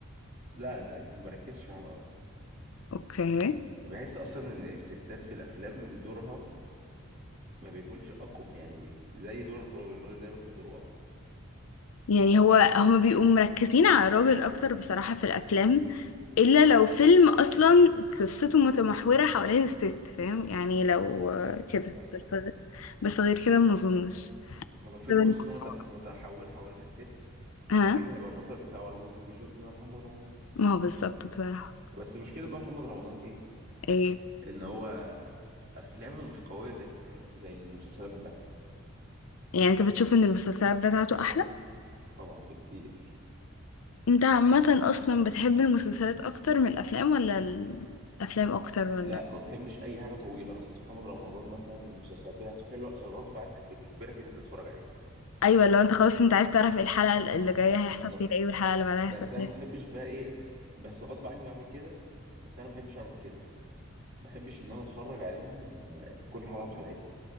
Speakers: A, on the right (about 50°); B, on the left (about 70°).
A: لا لا يعني ما بركزش معاهم قوي
B: اوكي
A: بحس اصلا ان الستات في الافلام دورها ما بيكونش اقوى يعني زي دور الراجل الراجل دايما بيبقى دوره اقوى
B: يعني هو هما بيبقوا مركزين على الراجل اكتر بصراحة في الافلام الا لو فيلم اصلا قصته متمحورة حوالين الست فاهم يعني لو آه، كده
A: ايوه
B: بس
A: ايوه
B: غ- بس غير كده ما اظنش
A: ولو فيلم
B: طب أنا-
A: قصته مت- متحوره حوالين الست
B: ها
A: اكيد هيبقى البطل بتاعه ولا مايكل بي جوردن ولا محمد رمضان
B: ما هو بالظبط بصراحة
A: بس مشكله بقى محمد رمضان ايه
B: ايه
A: ان هو افلامه مش قويه زي السينما زي المسلسلات بتاعته
B: يعني انت بتشوف ان المسلسلات بتاعته احلى
A: طبعا بكتير
B: انت عامة اصلا بتحب المسلسلات اكتر من الافلام ولا الافلام اكتر ولا
A: لا ما بحبش اي حاجه طويله بس محمد رمضان مثلا المسلسلات بتاعته حلوه فغصب عنك بتجبرك ان انت تتفرج عليها
B: ايوه لو انت خلاص انت عايز تعرف ايه الحلقة اللي جاية هيحصل
A: بالظبط
B: فيها ايه والحلقة اللي بعدها هيحصل
A: بس انا
B: فيها
A: ما
B: إيه.
A: بحبش بقى ايه بس غصب عني بعمل كده بس انا ما بحبش اعمل كده ما بحبش ان انا اتفرج عليهم آه، كل حلقه في حلقتها